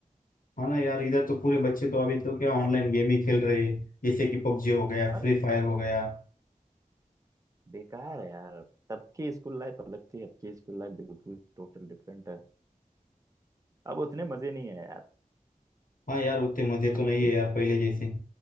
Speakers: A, on the left; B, on the right.
A: है ना यार इधर तो पूरे बच्चे तो अभी तो क्या ऑनलाइन गेम ही खेल रहे हैं जैसे कि पबजी हो गया
B: और
A: फ्री फायर हो गया
B: बेकार है यार अब तब की स्कूल लाइफ अलग थी अब की स्कूल लाइफ बिल्कुल टोटल डिफरेंट है अब उतने मजे नहीं है
A: हाँ यार उतने मजे
B: आपको
A: तो नहीं है यार पहले जैसे